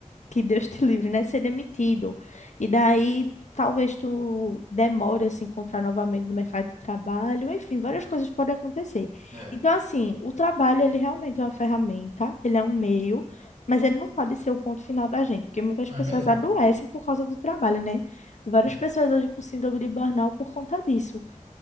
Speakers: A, on the left; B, on the right.
A: que Deus te livre, né? Ser demitido. E daí talvez tu demore a se encontrar novamente no mercado de trabalho, enfim, várias coisas podem acontecer.
B: É.
A: Então, assim, o trabalho, ele realmente é uma ferramenta, ele é um meio, mas ele não pode ser o ponto final da gente, porque muitas pessoas
B: É verdade.
A: adoecem por causa do trabalho, né? Várias
B: É.
A: pessoas hoje com síndrome de burnout por conta disso.